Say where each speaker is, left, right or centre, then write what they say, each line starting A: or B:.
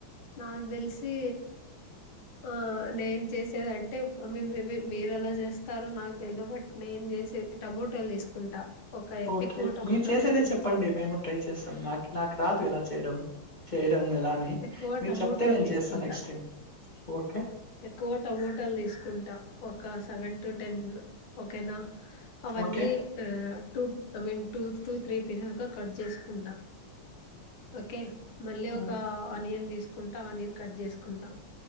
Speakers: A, on the left; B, on the left.
A: నాకు తెలిసి ఆహ్ నెంచేసేది అంటే మేబీ మీరు ఎలా చేస్తారో నాకు తెలిదు బట్ నేను చేసేది టమోటోలు తీసుకుంటా. ఒక
B: ఓకే
A: ఎక్కువ టమోటాలు
B: మీరు చేసేదే
A: ఎక్కువ
B: చెప్పండి
A: తీసుకుంటా
B: మేము ట్రై చేస్తాం నాకు నాకు రాదు ఎలా చేయడం చేయడం ఎలా అని
A: ఎక్కువ
B: మీరు
A: టమోటాలు
B: చెప్తే నేను
A: తీసుకుంటా
B: చేస్తాను నెక్స్ట్ టైం ఓ కే.
A: ఎక్కువ టమోటాలు తీసుకుంటా. ఒక సెవెన్ టు టెన్ ఓకే నా అవన్నీ
B: ఓకే
A: ఆహ్ two I mean two two three pieces గా చేసుకుంటా. ఓకే మళ్ళీ
B: హ్మ్.
A: ఒక ఆనియన్ తీసుకుంటా ఆనియన్ కట్ చేసుకుంటా.